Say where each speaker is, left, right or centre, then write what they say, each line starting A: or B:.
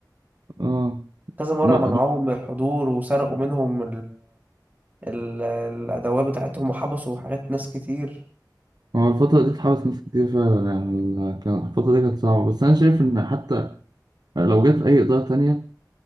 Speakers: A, on the right; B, on the right.
A: اه
B: كذا مرة
A: ما
B: منعوهم من الحضور وسرقوا منهم ال- الأدوات بتاعتهم وحبسوا حاجات ناس كتير
A: هو الفترة دي اتحبس ناس كتير فعلا يعني ال- كان الفترة دي كانت صعبة بس أنا شايف إن حتى يعني لو جت أي إدارة تانية